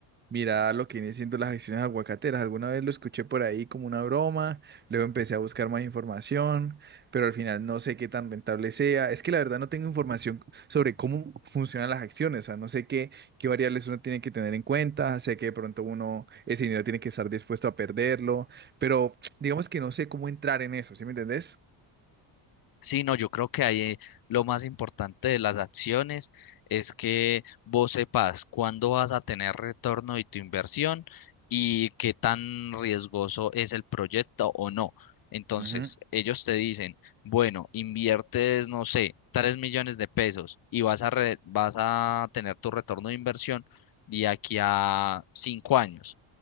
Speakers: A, on the right (about 25°); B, on the left (about 45°).
A: mirar lo que viene siendo las acciones aguacateras. Alguna vez lo escuché por ahí como una broma, luego empecé a buscar más información, pero al final no sé qué tan rentable sea. Es que la verdad no tengo información sobre cómo funcionan las acciones, o sea, no sé qué qué variables uno tiene que tener en cuenta, sé que de pronto uno ese dinero tiene que estar dispuesto a perderlo, pero <tsk> digamos que no sé cómo entrar en eso, ¿sí me entendés?
B: Sí, no, yo creo que ahí eh, lo más importante de las acciones es que vos sepas cuándo vas a tener retorno de tu inversión y qué tan riesgoso es el proyecto o no. Entonces,
A: Ujú,
B: ellos te dicen, bueno, inviertes, no sé, 3 millones de pesos y vas a, re- vas a tener tu retorno de inversión de aquí a 5 años.